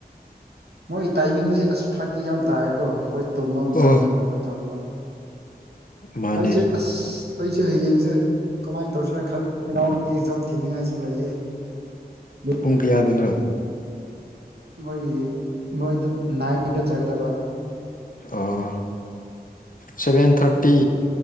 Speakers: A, on the right; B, on the left.
A: ꯃꯣꯏ ꯇꯥꯏꯃꯤꯡꯁꯦ ꯑꯁ ꯐꯒꯤ ꯌꯥꯝ ꯇꯥꯏꯑꯦꯀꯣ ꯑꯈꯣꯏ ꯇꯨꯝꯕ ꯃꯇꯝꯗ
B: ꯑꯣ
A: ꯑꯃꯨꯛꯀ ꯇꯧꯕ
B: ꯃꯥꯅꯦ
A: ꯍꯧꯖꯤꯛꯁꯦ ꯑꯁ ꯈꯣꯏꯁꯦ ꯍꯌꯦꯡꯁꯦ ꯀꯃꯥꯏꯅ ꯇꯧꯁꯤꯔ ꯈꯜꯂꯤ ꯏꯅꯥꯎꯅꯨꯄꯤ ꯑꯦꯛꯖꯥꯝ ꯊꯤꯟꯅꯤꯡꯉꯥꯏꯁꯨ ꯂꯩꯌꯦ ꯑꯗꯨꯒ
B: ꯄꯨꯡ ꯀꯌꯥꯗꯅꯣ
A: ꯃꯣꯏꯒꯤ ꯃꯣꯏꯗ ꯅꯥꯏꯟꯗ ꯆꯠꯀꯗꯕ
B: ꯑꯣ ꯁꯚꯦꯟ ꯊꯥꯔꯇꯤ